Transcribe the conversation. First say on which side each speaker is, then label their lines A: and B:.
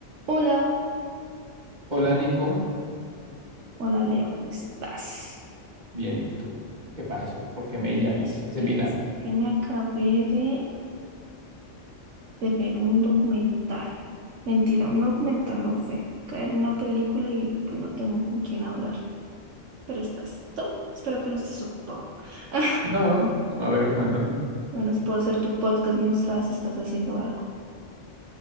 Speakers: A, on the right (about 75°); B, on the right (about 35°).
A: Hola,
B: Hola Nico,
A: hola Leo, ¿cómo estás?
B: bien, ¿y tú? ¿Qué pasó? ¿Por qué me
A: Bien,
B: llamas? Ese
A: bien,
B: milagro.
A: es que me acabé de, de ver un documental. Mentira, un documental no fue. Caer en una película y pues no tengo con quién hablar. Pero estás tú. Espero que no estés ocupado. <laughs>
B: No, a ver, cuéntame.
A: Bueno, puedo hacer tu podcast mientras estás haciendo algo.